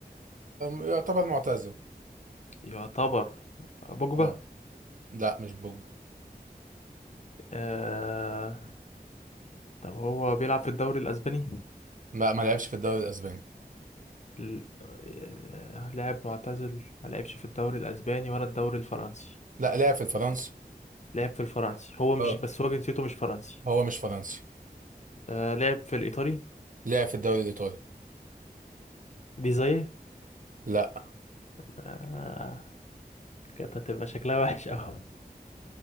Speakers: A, on the right (about 55°); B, on the left (about 45°).
A: يعتبر معتزل
B: يعتبر آه، بوجبا
A: اه لا مش بوجبا
B: آه... طب هو بيلعب في الدوري الأسباني
A: لا ما لعبش في الدوري الاسباني
B: ل- آه، لاعب معتزل ما لعبش في الدوري الاسباني ولا الدوري الفرنسي
A: لا لعب في الفرنسي
B: لعب في الفرنسي هو مش
A: اه
B: بس هو جنسيته مش فرنسي
A: هو مش فرنسي
B: آه لعب في الايطالي
A: لعب في الدوري الايطالي
B: دي زي
A: لا
B: آه كانت هتبقى شكلها وحش قوي